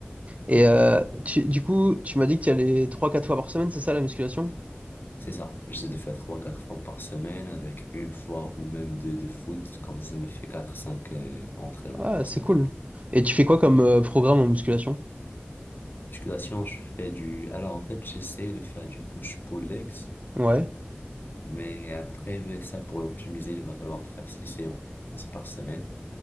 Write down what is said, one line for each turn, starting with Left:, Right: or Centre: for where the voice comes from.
Right: Et
Left: Mhm.
Right: euh, tu- du coup, tu m'as dit que tu y allais trois, quatre fois par semaine, c'est ça la musculation?
Left: C'est ça, j'essaie de faire trois, quatre fois par semaine avec une fois ou même deux de foot, comme ça ça me fait quatre, cinq euh, entraînements
Right: Ah,
Left: par
Right: c'est
Left: semaine.
Right: cool. Et tu fais quoi comme euh, programme en musculation?
Left: Musculation, je fais du... Alors, en fait, j'essaie de faire du push-pull legs,
Right: Ouais,
Left: mais après, ça, pour l'optimiser, il va falloir faire six séances par semaine.